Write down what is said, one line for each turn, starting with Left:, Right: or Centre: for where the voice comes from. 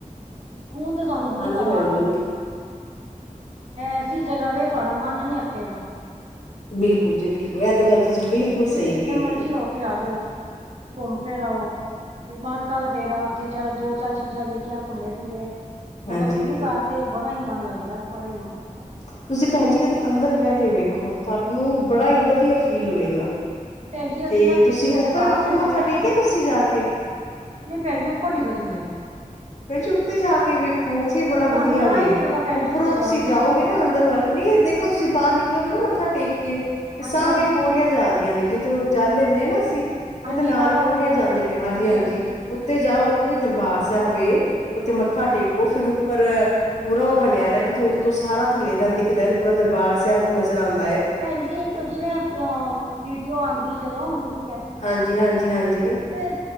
Right: ਖੂਹ ਤੇ ਸਾਨੂੰ ਗੁਰੂ
Left: ਹਾਂਜੀ
Right: ਘਰ
Left: ਭੈਣ
Right: ਆ ਕੇ
Left: ਜੀ
Right: ਮਿਲਦਾ ਐਸੀ ਜਗ੍ਹਾ ਵੇਖ ਤੁਹਾਡਾ ਮਨ ਨੀ ਅੱਕੇਗਾ।
Left: ਬਿਲਕੁਲ ਜੀ ਬਿਲਕੁਲ ਇਹ ਤੇ ਗੱਲ ਤੁਸੀਂ ਬਿਲਕੁਲ
Right: ਤੁਸੀਂ
Left: ਸਹੀ
Right: ਜਿੱਥੇ
Left: ਕਹੀ
Right: ਮਰਜ਼ੀ
Left: ਏ
Right: ਹੋ ਕੇ ਆ ਜਾਓ ਘੁੰਮ ਫਿਰ ਆਓ। ਵਿਗਮਾਨ ਕੱਲ ਕਹੇਂਗਾ ਉੱਥੇ ਚੱਲ ਦੋ ਚਾਰ ਚੀਜ਼ਾਂ ਦੇਖਿਆ ਘੁੰਮੇ ਫਿਰੇ।
Left: ਹਾਂਜੀ
Right: ਮਗਰ ਗੁਰੂ ਘਰ ਤੇ ਬੜਾ ਹੀ ਮਨ ਲੱਗਦਾ ਹੈ, ਬੜਾ ਹੀ ਮਨ ਲੱਗਦਾ ਹੈ।
Left: ਤੁਸੀਂ ਭੈਣ ਜੀ ਕਦੀ ਅੰਦਰ ਬਹਿ ਕੇ ਵੇਖੋ ਤੁਹਾਨੂੰ ਬੜਾ ਹੀ ਵਧੀਆ ਫੀਲ ਹੋਏਗਾ।
Right: ਭੈਣ ਜੀ ਅਸੀਂ
Left: ਤੇ
Right: ਨਾ ਪਿੱਛੇ
Left: ਤੁਸੀਂ
Right: ਜੇ ਦਰਬਾਰ
Left: ਉੱਪਰ ਉੱਪਰ
Right: ਸਾਹਿਬ
Left: ਮੱਥਾ
Right: ਗਏ
Left: ਟੇਕਿਆ
Right: ਨਾ
Left: ਤੁਸੀਂ ਜਾ ਕੇ?
Right: ਨਹੀਂ ਭੈਣ ਜੀ ਉੱਪਰ ਨਹੀਂ ਕਦੀ ਗਏ।
Left: ਭੈਣ ਜੀ ਉੱਤੇ ਜਾ ਕੇ ਵੇਖੋ ਉੱਥੇ ਬੜਾ
Right: ਸਾਨੂੰ
Left: ਵਧੀਆ
Right: ਰਾਹ
Left: ਵੇ।
Right: ਹੀ ਨੀ ਪਤਾ ਭੈਣ
Left: ਉੱਪਰੋਂ
Right: ਜੀ ਉੱਤੇ ਜਾਣ
Left: ਤੁਸੀਂ
Right: ਦਾ
Left: ਜਾਓਗੇ ਨਾ ਅੰਦਰ ਵੱਲ ਨਹੀਂ ਇਹ ਦੇਖੋ ਤੁਸੀਂ ਬਾਹਰ ਨਿਕ ਨਿਕਲੋਗੇ ਨਾ ਮੱਥਾ ਟੇਕ ਕੇ ਤੇ
Right: ਹਾਂਜੀ
Left: ਸਾਹਮਣੇ
Right: ਹਾਂਜੀ
Left: ਪੌੜੀਆਂ ਜਾ ਰਹੀਆਂ ਨੇ ਜਿੱਥੋਂ ਜਲ ਲੈਣੇ ਨਾ ਅਸੀਂ।
Right: ਹਾਂਜੀ
Left: ਉਹਦੇ ਨਾਲ
Right: ਬਾਹਰੋਂ
Left: ਹੀ ਪੌੜੀਆਂ ਜਾਂਦੇ ਪਿਆ ਹਾਂਜੀ-ਹਾਂਜੀ
Right: ਹਾਂਜੀ ਹਾਂਜੀ
Left: ਉੱਤੇ ਜਾਉ ਉੱਤੇ ਵੀ ਦਰਬਾਰ ਸਾਹਿਬ ਹੈ। ਉੱਥੇ ਮੱਥਾ
Right: ਅੱਛਾ
Left: ਟੇਕੋ ਫਿਰ। ਉੱਪਰ ਪੂਰਾ ਉਹ ਬਣਿਆ ਦਾ ਜਿੱਥੇ ਉੱਤੋਂ ਸਾਰਾ ਥੱਲੇ ਦਾ ਦਿਖਦਾ ਤੇ ਪੂਰਾ ਦਰਬਾਰ ਸਾਹਿਬ ਨਜ਼ਰ ਆਦਾ।
Right: ਭੈਣ ਜੀ ਇੱਕ ਜਿਵੇਂ ਉੱਪਰੋ ਵੀਡੀਓ ਆਦੀ ਜਦੋਂ ਮੂਵੀ। ਹਾਂਜੀ
Left: ਹਾਂਜੀ-ਹਾਂਜੀ-ਹਾਂਜੀ,
Right: ਤੇ ਉੱਤੇ